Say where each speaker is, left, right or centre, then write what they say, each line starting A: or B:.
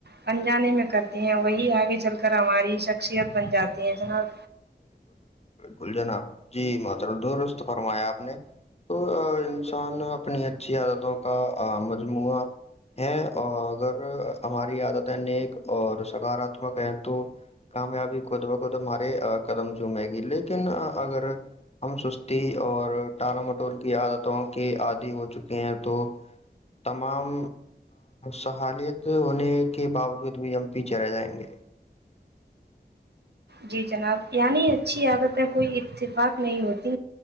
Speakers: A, on the right; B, on the left.
A: پجانے میں کرتے ہیں وہی آگے چل کر ہماری شخصیت بن جاتی ہیں جناب
B: کلجناب جی مترب درست فرمایا آپ نے تو انسان اپنی اچھی عادتوں کا مجموعہ ہے اور اگر ہماری عادتیں نیک اور سکاراتمک ہیں تو کامیابی کو خود بخود ہمارے قدم چومے گی لیکن اگر ہم سستی اور ٹالا مٹول کی عادتوں کے عادی ہو چکے ہیں تو تمام سہالیت ہونے کے باوجود بھی ہم پیچھے رہ جائیں گے
A: جی جناب یعنی اچھی عادت کوئی اتفاق نہیں ہوتی